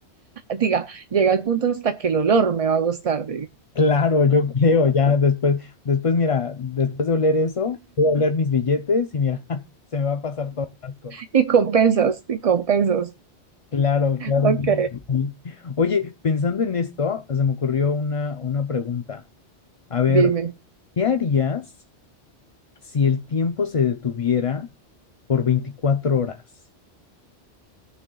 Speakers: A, on the right (about 40°); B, on the left (about 35°).
A: Diga, llega el punto hasta que el olor me va a gustar.
B: Claro, yo creo, ya después, después, mira, después de oler eso, voy a oler mis billetes y mira, <laughs> se me va a pasar todo el asco.
A: Y con pesos, y con pesos.
B: Claro, claro.
A: Ok,
B: claro sí. Oye, pensando en esto, se me ocurrió una, una pregunta. A ver,
A: dime.
B: ¿qué harías si el tiempo se detuviera por 24 horas?